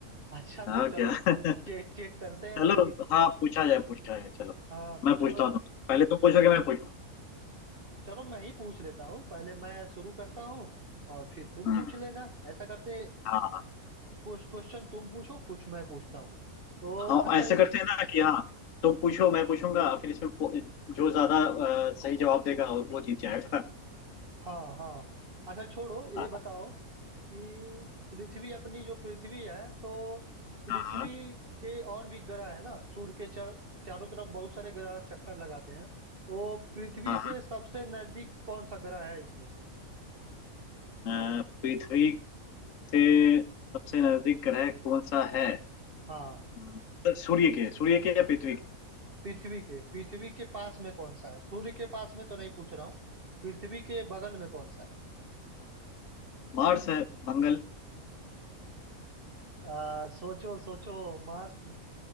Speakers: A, on the right; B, on the left.
A: अच्छा
B: यार
A: तो चलो
B: क्या <laughs>
A: चेक चेक करते हैं
B: चलो
A: अभी
B: हाँ पूछा जाए पूछा जाए चलो
A: हाँ
B: मैं पूछता
A: चलो
B: हूँ तुमसे पहले तुम पूछोगे मैं पूछूँ
A: चलो मैं ही पूछ लेता हूँ पहले मैं शुरू करता हूँ और फिर तुम
B: हम्म
A: पूछ लेना ऐसा करते हैं
B: हाँ
A: कुछ क्वेश्चन तुम पूछो कुछ मैं पूछता हूँ तो
B: हाँ
A: अच्छा
B: ऐसे करते हैं ना कि हाँ तुम पूछो मैं पूछूंगा फिर इसमें पो- जो ज्यादा अ, सही जवाब देगा वो वो जीत जाएगा
A: हाँ हाँ अच्छा छोड़ो ये
B: हाँ
A: बताओ कि पृथ्वी अपनी जो पृथ्वी है तो पृथ्वी
B: हाँ हाँ
A: के और भी ग्रह है ना सूर्य के चार, चारों तरफ बहुत सारे ग्रह चक्कर लगाते हैं तो पृथ्वी
B: हाँ
A: से सबसे नजदीक कौन सा ग्रह है इसमें से
B: हाँ। अ, पृथ्वी से सबसे नजदीक ग्रह कौन सा है
A: हाँ
B: हम्म, सूर्य के सूर्य के या पृथ्वी के
A: पृथ्वी के पृथ्वी के पास में कौन सा है सूर्य के पास में तो नहीं पूछ रहा हूँ पृथ्वी के बगल में कौन सा है
B: मार्स है मंगल
A: आ, सोचो सोचो मार्स